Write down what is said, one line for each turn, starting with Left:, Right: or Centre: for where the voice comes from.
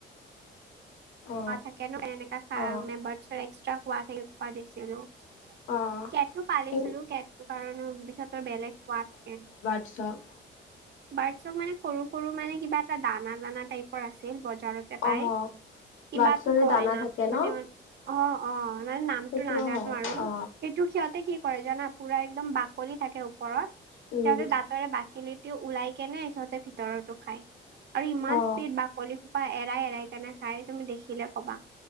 Left: অ
Right: থাকে ন এনেকা চা
Left: অ
Right: এক্সট্ৰা খোৱা থাকে ক দিছিলো। কেটটো
Left: অ
Right: পালিছিলো
Left: এ
Right: কেট কাৰণ পিছতৰ বেলেগ কোৱা থাকে।
Left: চব
Right: পাৰছক মানে সৰু সৰু মানে কিবা এটা দানা দানা টাইপৰ আছিল বজাৰত। টেপাই
Left: অ
Right: কিবাটো
Left: বাটছৰে
Right: কয়
Left: দানা
Right: নামটো
Left: থাকে
Right: মানে।
Left: ন
Right: অ' অ' মানে নামটো
Left: সেইটোও
Right: নাজানো
Left: হয়
Right: আৰু
Left: অ
Right: সেই। টো সিহঁতে কি কৰে জানা পুৰা একদম বাকলি থাকে ওপৰত
Left: উম
Right: সিহঁতে দাঁতৰে বাকলিত। তেওঁ ওলাই কেনে সিহতে ভিতৰোটো খাই আৰু ইমান
Left: অ
Right: স্পীড বাক কলিসোপা এৰাই এৰাই কেনে খাই তুমি দেখিলে কবা।